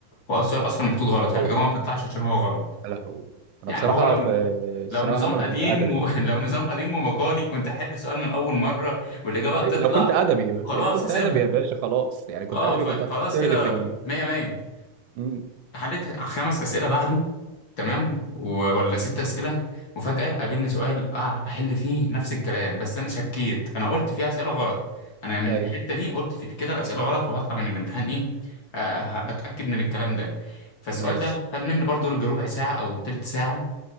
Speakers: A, on the left; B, on the right.
A: هو السؤال اصلا محطوط غلط
B: وغلط
A: الاجابه ما بتطلعش عشان هو غلط
B: يا لهوي انا
A: يعني
B: بصراحه
A: هو لو
B: في الثانويه
A: لو نظام
B: العامه انا
A: قديم
B: كنت ادبي
A: و... <laughs> لو نظام قديم ومقالي كنت احل السؤال من اول مره والاجابه هتطلع
B: أي- لو كنت ادبي
A: خلاص
B: يا بيه كنت
A: هسيبها
B: ادبي يا باشا خلاص يعني كنت
A: اه
B: ادبي
A: فخلاص
B: كنت هتقعد ترغي
A: كده
B: في ال...
A: مية مية
B: امم
A: حليت خمس اسئله بعده تمام و- ولا ست اسئله وفجاه قابلني سؤال اه احل فيه نفس الكلام بس انا شكيت انا قلت فيه اسئله غلط انا من
B: ايوه
A: الحته دي قلت في كده الاسئله غلط وهطلع من الامتحان ايه آه
B: مم.
A: اتاكد من الكلام ده فالسؤال
B: ماشي
A: ده خد مني برضو ربع ساعه او تلت ساعه